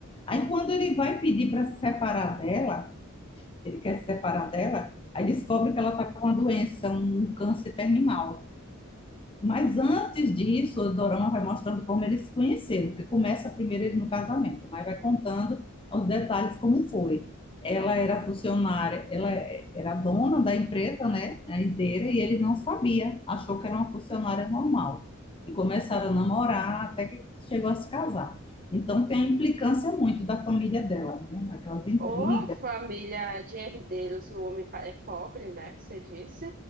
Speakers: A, on the left (about 25°); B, on the right (about 40°).
A: Aí quando ele vai pedir para se separar dela, ele quer se separar dela, aí descobre que ela está com uma doença, um câncer terminal. Mas antes disso, o Dorama vai mostrando como eles se conheceram, porque começa primeiro ele no casamento, mas vai contando os detalhes como foi. Ela era funcionária, ela era dona da empresa, né, a herdeira, e ele não sabia, achou que era uma funcionária normal. E começaram a namorar até que chegou a se casar. Então tem a implicância muito da família dela, né, aquelas intrigas.
B: Ô, família de herdeiros, o homem pa- é pobre, né? Você disse.